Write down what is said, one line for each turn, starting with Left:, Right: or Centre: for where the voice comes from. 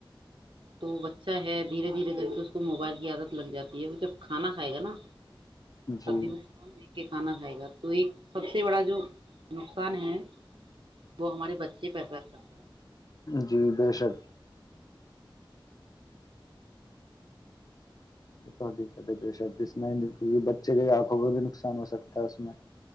Right: تو بچہ ہے دھیرے دھیرے کر کے اس کو موبائل کی عادت لگ جاتی ہے وہ جب کھانا کھائے گا نا
Left: ہیں
Right: سبی
Left: جی
Right: میں فون دیکھ کے کھانا کھائے گا تو تو ایک سب سے بڑا جو نقصان ہے وہ ہمارے بچے پیسہ کر رہا ہے
Left: جی بے شب یہ تو حقیقت ہے بے شک جس میں کیکہ بچے کے آنکھوں کو بھی نقصان ہو سکتا ہے اس میں